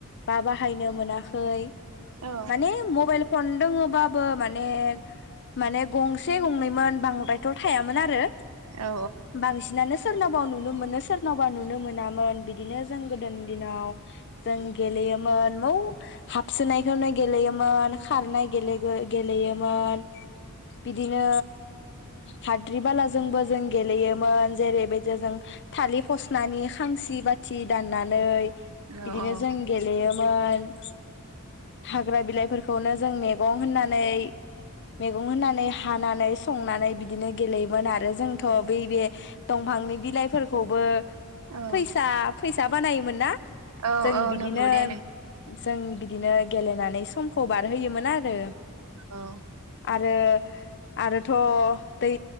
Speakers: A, on the left; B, on the right.
A: बा बाहायनो मोनाख खै
B: औ
A: माने मबाइल फन दङबाबो माने ने माने गंस से गंनैमोन बांद्रायथ' थायामोन आरो
B: औ
A: बांसिनानो स सोरनावबा नु नुनो मोनो सोरनावबा नुनो मोनामोन बिदिनो जों गोदोनि दिनाव जों गेलेयोमोन मौ हाबसोनायखोनो गेलेयोमोन खारनाय गेलेगो गेलेयोमोन। बिदिनो हाद्रि बालाज जोंबो जों गेलेयोमोन जेरैबाजो जों थालि फसनानि खांसि बाथि दाननानै बिदिनो
B: औ औ
A: जों गेलेयो मोन हाग्रा बिलाइफोरखौनो जों मेगं होननानै मेगं होननानै हानानै संनानै बिदिनो गेलेयोमोन आरो जोंथ' बैबे दंफांनि बिलाइ फोरखौबो
B: औ
A: फैसा फैस दा बानायोमोन ना?
B: औ
A: जों
B: औ
A: बिदिनो
B: नंगौ दे नों
A: जों बिदिनो गेलेनानै समखौ बारहोयोमोन आरो।
B: औ
A: आरो आरोथ' दै